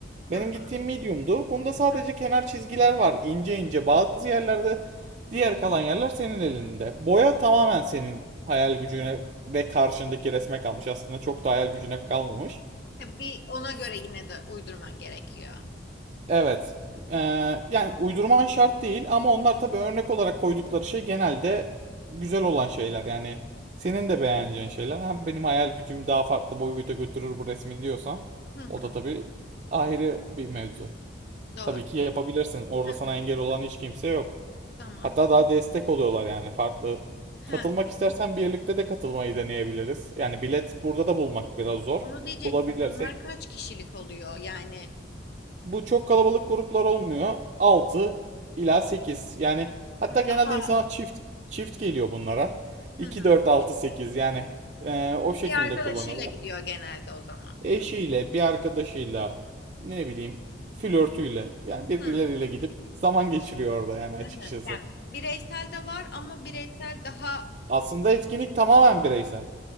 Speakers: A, on the left; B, on the right.
A: tamam.
B: Benim gittiğim medium'du. Bunda sadece
A: Hı.
B: kenar çizgiler var. İnce ince bazı yerlerde Diğer kalan yerler senin elinde. Boya tamamen senin hayal gücüne ve karşındaki resme kalmış. Aslında çok da hayal gücüne kalmamış.
A: Ha, bir ona göre yine de uydurman gerekiyor.
B: Evet. Ee, yani uydurman şart değil ama onlar tabii örnek olarak koydukları şey genelde güzel olan şeyler. Yani senin de beğeneceğin şeyler. Hem benim hayal gücüm daha farklı boyuta götürür bu resmi diyorsan
A: Hı hı,
B: o da tabii ayrı bir mevzu.
A: doğru.
B: Tabii ki yapabilirsin. Orada
A: Hı hı,
B: sana engel olan hiç kimse yok.
A: tamam.
B: Hatta
A: Peki.
B: daha destek oluyorlar yani farklı. Katılmak
A: He,
B: istersen birlikte de katılmayı deneyebiliriz. Yani bilet burada da bulmak biraz zor.
A: onu diyecektim.
B: Bulabilirsek.
A: Onlar kaç kişilik oluyor? Yani
B: Bu çok kalabalık gruplar olmuyor. altı ila sekiz Yani hatta
A: hı,
B: genelde
A: daha
B: insanlar çift çift geliyor bunlara. iki
A: hı hı.
B: dört altı 8 yani e, o şekilde
A: Bir arkadaşıyla
B: kullanıyorlar.
A: gidiyor genelde o zaman.
B: Eşiyle, bir arkadaşıyla, ne bileyim flörtüyle yani birileriyle
A: Hı.
B: gidip zaman geçiriyor orada yani
A: <laughs>
B: açıkçası.
A: Hı hı. Yani bireysel de var ama bireysel daha
B: Aslında etkinlik tamamen bireysel.